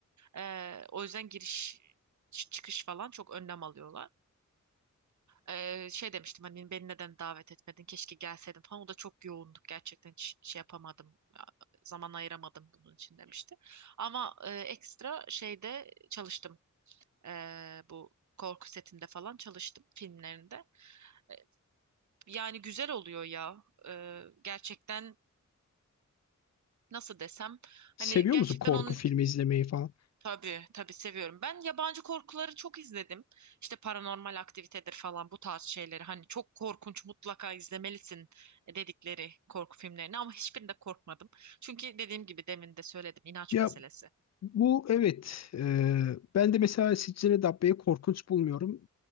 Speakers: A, on the right; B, on the left.
A: E, o yüzden giriş çıkış falan çok önlem alıyorlar. Ee, şey demiştim hani beni neden davet etmedin keşke gelseydim falan o da çok yoğunduk gerçekten hiç şey yapamadım zaman ayıramadım bunun için demişti ama e, ekstra şeyde çalıştım Ee, bu korku setinde falan çalıştım filmlerinde Ee, yani güzel oluyor ya Ee, gerçekten nasıl desem
B: Seviyor
A: hani gerçekten
B: musun korku
A: onun
B: filmi izlemeyi falan?
A: Tabii, tabii seviyorum. Ben yabancı korkuları çok izledim. İşte paranormal aktivitedir falan bu tarz şeyleri. Hani çok korkunç mutlaka izlemelisin dedikleri korku filmlerini ama hiçbirinde korkmadım. Çünkü dediğim gibi demin de söyledim inanç
B: Ya
A: meselesi.
B: bu evet. e, ben de mesela Siccine Dabbe'yi korkunç bulmuyorum.